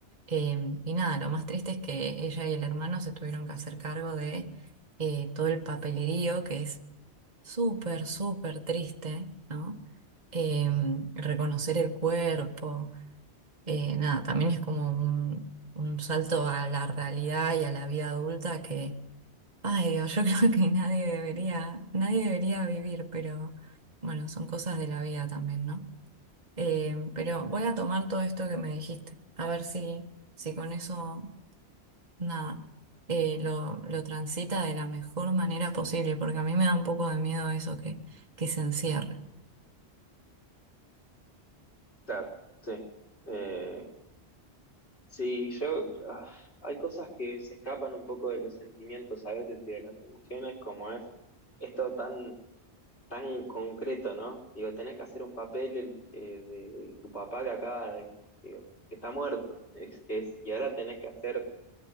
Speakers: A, on the right; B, on the left.
A: Em, y nada, lo más triste es que ella y el hermano se tuvieron que hacer cargo de eh, todo el papelerío, que es súper, súper triste, ¿no? Em, reconocer el cuerpo, eh, nada, también es como un, un salto a la realidad y a la vida adulta que, ay Dios, yo <laughs> creo que nadie debería, nadie debería vivir, pero bueno, son cosas de la vida también, ¿no? Em, pero voy a tomar todo esto que me dijiste, a ver si... Si con eso nada, eh, lo, lo transita de la mejor manera posible, porque a mí me da un poco de miedo eso que, que se encierre.
B: Claro, sí. Eh, Sí, yo, ah, hay cosas que se escapan un poco de los sentimientos a veces y de las emociones, como es esto tan, tan concreto, ¿no? Digo, tenés que hacer un papel el, eh, de tu papá que acaba de, digo, que está muerto, es, es, y ahora tenés que hacer,